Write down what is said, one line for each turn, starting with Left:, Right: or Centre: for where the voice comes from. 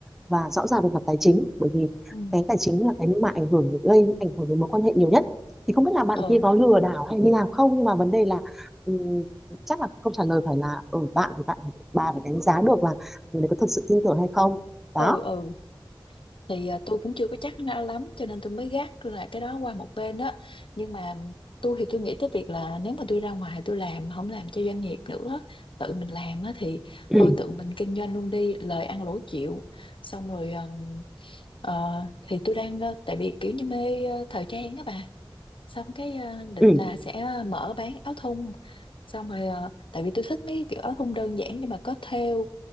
Centre: và rõ ràng về mặt tài chính bởi vì
Left: ừ
Centre: cái tài chính là cái mà ảnh hưởng gây ảnh hưởng đến mối quan hệ nhiều nhất. Thì không biết là bạn
Left: ừ
Centre: kia có lừa đảo hay như nào không nhưng mà vấn đề là ừm, chắc là câu trả lời phải là ở bạn thì bạn bà phải đánh giá được là người đấy có thật sự tin tưởng hay không. Đó.
Left: ừ ừ. Thì à, tôi cũng chưa có chắc nó lắm cho nên tôi mới gác là cái đó qua một bên đó. Nhưng mà tôi thì tôi nghĩ tới việc là nếu mà tôi ra ngoài tôi làm không làm cho doanh nghiệp nữa, tự mình làm á thì
Centre: Ừ
Left: thôi tự mình kinh doanh luôn đi, lời ăn lỗ chịu. Xong rồi ừm, ờ, thì tôi đang ờ, tại vì kiểu như mê ờ, thời trang á bà. Xong cái ờ, định
Centre: ừ
Left: là sẽ mở bán áo thun xong rồi ờ, tại vì tôi thích mấy cái kiểu áo thun đơn giản nhưng mà có thêu